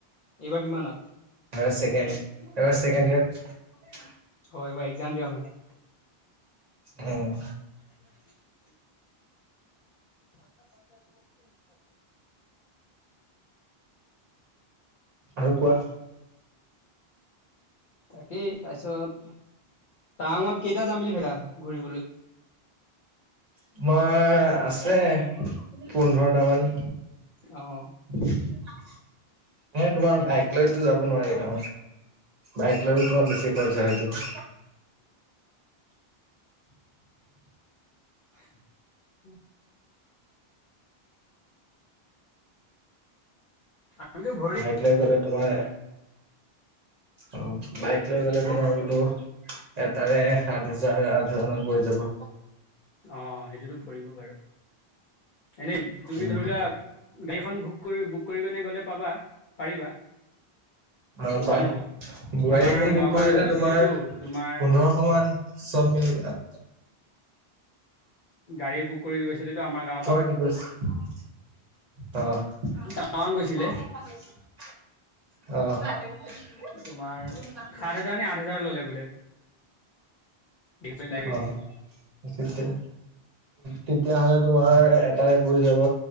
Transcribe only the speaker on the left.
এইবাৰ কিমানত?
অ' এইবাৰ এক্সাম দিবা মানে?
<inaudible> ছটা বা লগত কি নিক <unintelligible>
তাকেই, তাৰ পিছত টাৱাঙত কেইটা যাম বুলি ভাবিছা ঘূৰিবলৈ?
অ'।
<unintelligible> আমিতো ভ
অঁ সেইটোতো পৰিব বাৰু, এনেই তুমি
ধৰি লোৱা- গাড়ীখন ভুক কৰি বুক কৰি কিনে গ'লে পাবা পাৰিবা।
কম হ'ব
আমাৰ
গাঁৱৰ
পৰা গৈছিলেতো
তোমাৰ
গাড়ী বুক কৰি গৈছে। ছিলো টো আমাৰ গাওঁ-
টাৱাং গৈছিলে
তোমাৰ সাত হাজাৰ নে আঠ হাজাৰ ল'লে বোলে। ইসেতে দাবি
দিছে।